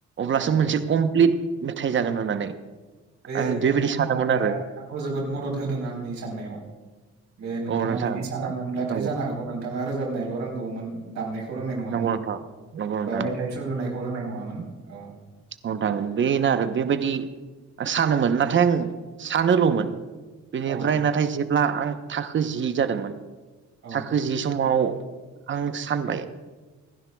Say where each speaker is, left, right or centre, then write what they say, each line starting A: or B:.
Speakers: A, on the right (about 40°); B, on the right (about 65°).
A: अब्लासो
B: औ
A: मोनसे कमप्लिट मेथाइ जागोन होननानै।
B: बे
A: आं
B: नोंथांनि
A: बेबायदि सानोमोन
B: साननाया
A: आरो
B: नोंथांखौ जोबोद मदद होदों आंनि साननायाव। बे नोंथाङा
A: औ नोंथां
B: बिदि सानामोनब्लाथाय
A: नंगौ
B: जानो हाग औ नोंथाङा रोजाबनायल' रोंगौमोन दामनायखौ रोंनाय नङामोन।
A: नंगौ नोंथां नंगौ नोंथां
B: बा मेथाइ सुजुनायखौ रोंनाय नङामोन औ।
A: औ नोंथां बेनो आरो बेबायदि सानोमोन नाथाय आं सानोल'मोन। बिनिफ्राय
B: औ
A: नाथाय जेब्ला आं थाखो जि जादोंमोन
B: औ
A: थाखो जि समाव आं सानबाय